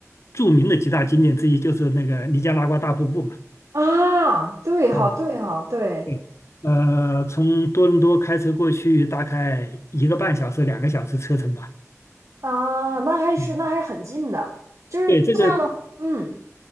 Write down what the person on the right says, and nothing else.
啊，对哈对哈对。
啊，那还是那还很近的，
就是这样的，
嗯